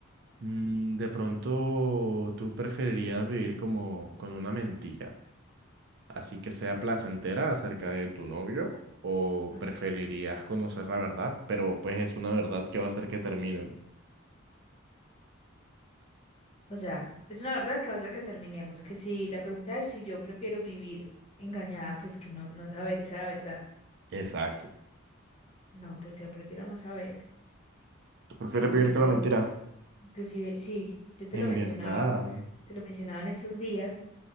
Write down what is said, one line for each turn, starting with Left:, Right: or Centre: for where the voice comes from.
Right: Mm, de pronto, ¿tú preferirías vivir como con una mentira, así que sea placentera acerca de tu novio, o
Left: Ah,
Right: preferirías conocer la verdad, pero pues es una verdad que va a hacer que terminen?
Left: O sea, es una verdad que va a ser que terminemos. Que si la pregunta es si yo prefiero vivir engañada, pues que no, no saber esa verdad.
Right: Exacto.
Left: No, pues yo prefiero no saber.
Right: ¿Tú prefieres
Left: Que inclusive
Right: vivir con la mentira?
Left: Inclusive, sí, yo te
Right: En
Left: lo mencionaba,
Right: verdad.
Left: te lo mencionaba en esos días,